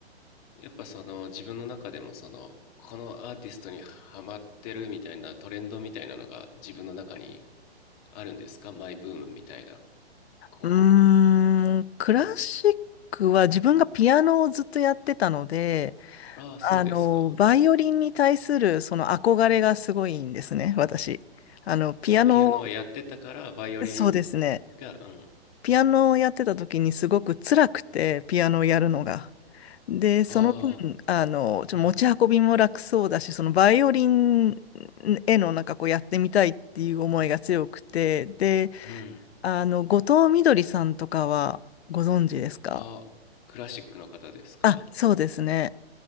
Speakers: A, on the left; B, on the left.
A: やっぱその、自分の中でもその、このアーティストにハマってるみたいなトレンドみたいなのが自分の中にあるんですかマイブームみたいな。こ
B: うーん、クラシックは自分がピアノをずっとやってたので、
A: う。うん。ああ、
B: あの、
A: そうですか。
B: バイオリンに対するその憧れがすごいんですね、私。あの、ピアノ、
A: あ、ピアノをやってたから、バイオリン
B: そうですね。
A: が、うん、
B: ピアノをやってた時にすごく辛くて、ピアノをやるのが。で、その分、
A: ああ、
B: あの、ちょっと持ち運びも楽そうだし、
A: うん、
B: そのバイオリンへのなんかこうやってみたいっていう思いが強くて、で、
A: うん。
B: あの、後藤みどりさんとかはご存知ですか
A: あ、クラシックの方ですか
B: あ、そうですね。